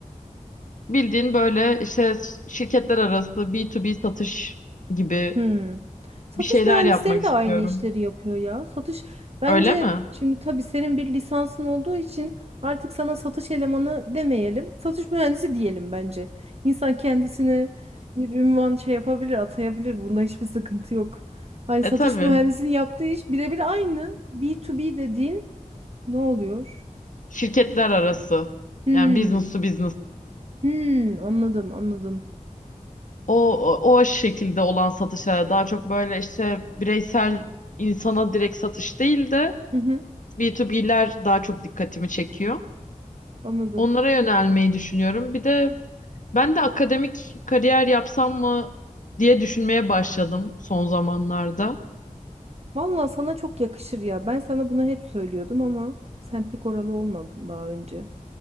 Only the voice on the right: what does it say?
Hmm. Satış
mühendisleri
de
aynı işleri yapıyor ya. Satış bence
şimdi tabii senin bir lisansın olduğu için artık sana satış elemanı demeyelim. Satış mühendisi diyelim bence. İnsan kendisine bir ünvan şey yapabilir, atayabilir. Bunda hiçbir sıkıntı yok. Hani
satış
mühendisinin yaptığı iş birebir aynı. b to b dediğin ne oluyor?
Hmm.
Hmm, anladım, anladım.
Hı hı,
anladım.
Vallahi sana çok yakışır ya. Ben sana bunu hep söylüyordum ama sen pek oralı olmadın daha önce.